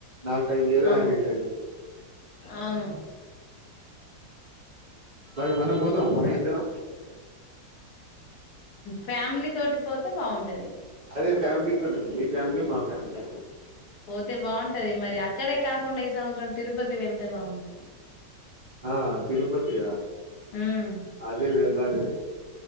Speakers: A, on the right; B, on the left.
A: నాకు టైం లేదు
B: అవును
A: ఆయనకి టైం లేదు
B: అవును
A: మరి మనం పోదామా మనం ఇద్దరం
B: ఫ్యామిలీ తోటి పోతే బాగుంటది
A: అదే ఫ్యామిలీతోడి మీ ఫ్యామిలీ మా ఫ్యామిలీ
B: పోతే బాగుంటది మరి అక్కడే కాకుండా ఈ సంవత్సరం తిరుపతి వెళ్తే బాగుంటది
A: ఆ తిరుపతి
B: ఉమ్
A: అదే వెళ్ళాలి